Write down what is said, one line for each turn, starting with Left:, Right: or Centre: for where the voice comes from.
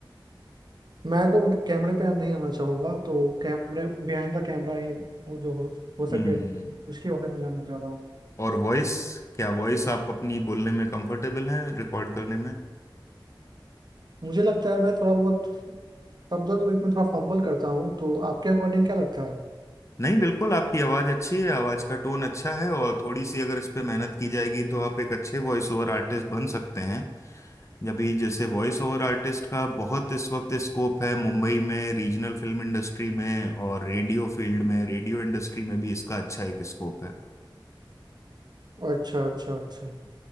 Right: मैं तो मतलब कैमरे पे नहीं आना चाहूंगा तो कैमरे बिहाइंड द कैमरा ही वो जो हो, हो सके
Left: हम्म
Right: उसके बारे में जानना चाह रहा हूँ
Left: और वॉइस क्या वॉइस आप अपनी बोलने में कंफर्टेबल हैं रिकॉर्ड करने में
Right: मुझे लगता है मैं थोड़ा बहुत शब्दों के बीच में थोड़ा फंबल करता हूँ तो आपके अकॉर्डिंग क्या लगता है
Left: नहीं बिल्कुल आपकी आवाज़ अच्छी है आवाज़ का टोन अच्छा है और थोड़ी सी अगर इस पे मेहनत की जाएगी तो आप एक अच्छे वॉइस ओवर आर्टिस्ट बन सकते हैं अभी जैसे वॉइस ओवर आर्टिस्ट का बहुत इस वक्त स्कोप है मुंबई में रीजनल फिल्म इंडस्ट्री में और रेडियो फील्ड में रेडियो इंडस्ट्री में भी इसका अच्छा एक स्कोप है
Right: अच्छा अच्छा अच्छा